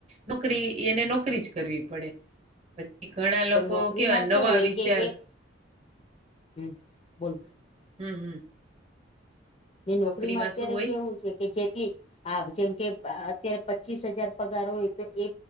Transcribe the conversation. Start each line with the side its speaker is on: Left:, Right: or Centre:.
Right: નોકરી એને નોકરી જ કરવી પડે પછી ઘણા
Left: પણ
Right: લોકો
Left: નોકરીમાં
Right: કેવા
Left: શું
Right: નવા
Left: હોય
Right: વિચાર
Left: કે એક હમ બોલ.
Right: હમ હમ હમ
Left: જે નોકરી
Right: નોકરીમાં
Left: માં અત્યારે
Right: શું હોય
Left: કેવું છે. કે જેટલી આ જેમ કે અત્યારે પચીસ હજાર પગાર હોય તો એ.